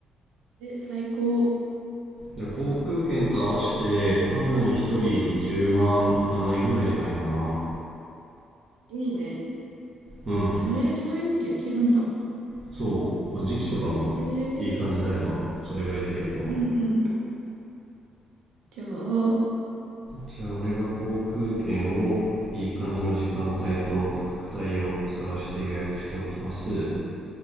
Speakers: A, on the right (about 90°); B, on the right (about 30°).
A: え、最高。
B: だから航空券と合わせて、
A: じゃあ、
B: 多分1人10万いかないぐらいじゃないかな。
A: いいね。
B: うん。
A: え、それ、そういうのできるんだ。
B: そう、まあ、時期とかもいい感じであればそれぐらいできると思う
A: えー、うんうん。じゃあ、
B: じゃあ俺が航空券をいい感じの時間帯と価格帯を探して予約しておきます